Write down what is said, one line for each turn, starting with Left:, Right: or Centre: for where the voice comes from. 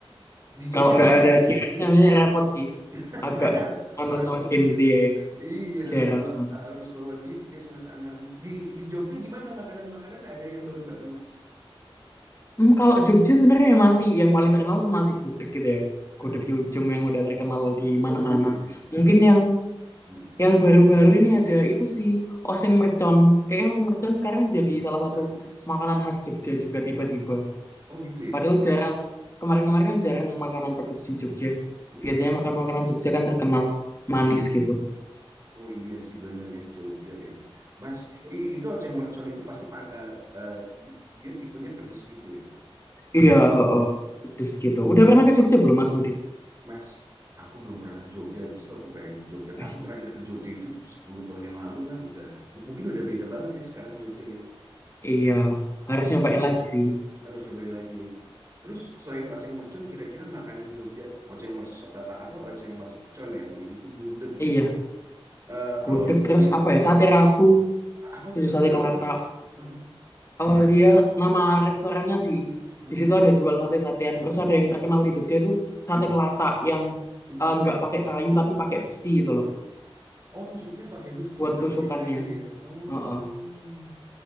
Right: Di Jogja
Left: Kalau
Right: gimana?
Left: nggak ada kiosnya,
Right: Mm-mm.
Left: namanya repot sih.
Right: <laughs>
Left: Agak anu
Right: Harus
Left: sama
Right: bawa,
Left: Gen Z ya yang
Right: iya harus
Left: jarang.
Right: bawa harus bawa duit cash Mas Anam. Di di Jogja gimana makanan-makanan ada yang baru-baru Mas?
Left: Hmm, kalau Jogja sebenarnya masih yang paling terkenal sih masih gudeg gitu ya.
Right: Gudeg
Left: Gudeg
Right: ya.
Left: Yujem yang udah terkenal di
Right: Waduh,
Left: mana-mana. Mungkin
Right: iya, iya.
Left: yang
Right: Mm-mm.
Left: yang baru-baru ini ada itu sih oseng mercon. Kayaknya oseng mercon sekarang jadi salah
Right: Sadis.
Left: satu makanan khas Jogja juga tiba-tiba.
Right: Oh gitu ya.
Left: Padahal jarang kemarin-kemarin kan jarang makanan pedes di Jogja.
Right: Mm-mm.
Left: Biasanya makan makanan Jogja kan terkenal manis
Right: Iya ya.
Left: gitu.
Right: Oh iya sih bener ya Jogja ya. Mas, i- itu oceng mercon itu pasti pa- eh, eh, di- dia tipenya pedes gitu ya.
Left: Iya, heeh, pedes gitu. Udah pernah ke Jogja belum Mas Budi?
Right: Mas, aku belum pernah ke Jogja, justru aku pengen ke Jogja.
Left: Eh,
Right: Aku terakhir ke Jogja itu 10 tahun yang lalu lah, udah M- mungkin udah beda banget ya sekarang Jogja ya.
Left: iya, harus nyobain lagi sih.
Right: Harus nyobain lagi ya. Terus selain oceng mercon kira-kira makanan Jogja, oceng mercon apa oceng mercon ya, udah gitu gudeg
Left: Iya,
Right: ya. Eh,
Left: gudeg
Right: kalau lumpia
Left: terus apa ya? Sate ratu.
Right: apa tuh
Left: Tujuh
Right: sate
Left: sate
Right: ratu,
Left: kelata.
Right: Mas? Heeh.
Left: Oh iya, nama restorannya sih.
Right: Hmm.
Left: Di situ ada jual sate-satean. Terus ada yang terkenal di Jogja itu sate kelata yang
Right: hmm, hmm.
Left: eh, nggak pakai kayu tapi pakai besi itu loh
Right: Oh, tusuknya pakai besi,
Left: buat
Right: nggak
Left: tusukannya.
Right: pakai kayu ya. Oh.
Left: Heeh.